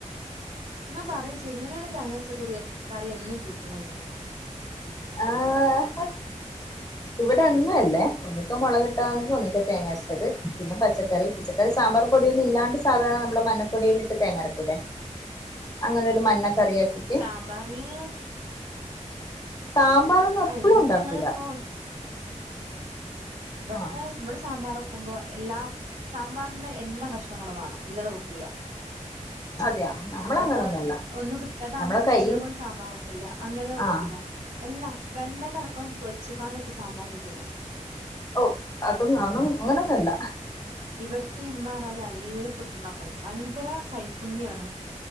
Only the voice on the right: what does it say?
ഞാൻ പറയാം ചെയ്യും എങ്ങനെയാണ് തേങ്ങച്ചക്കുറി കറി എന്നും കൂട്ടണത് ആശ്ഫ്ഫ്ഗ്ഗ്
ഞജ്ജ്
സാമ്പാറില്
ആ
ഇന്നിപ്പോ
ഞങ്ങൾ ഇപ്പോ ഇവിടത്തെ
ഇവിടെ സാമ്പാർ ഒക്കുമ്പോ എല്ലാം സാമ്പാറിന്റെ എല്ലാ കഷ്ണങ്ങളും വേണം ഇല്ലാതെ വെക്കൂല
നമ്മളപ്പോ
ഒന്നും കിട്ടാത്ത ആകുമ്പോ
നമ്മ
ഉള്ള പോണ്ട് സാമ്പാറ ഒക്കെല്ല അങ്ങനെ വെക്കൂല
എല്ലാ വെണ്ട കിടക്കും പൊരിച്ചുണ്ടക്കെ സാമ്പാറ <unintelligible>
ഇവിടുത്തെ ഇമ്മാ പറഞ്ഞൽ നല്ല ഫുഡ് ഉണ്ടാക്കും ഭയങ്കര കൈപ്പുണ്യമാണ്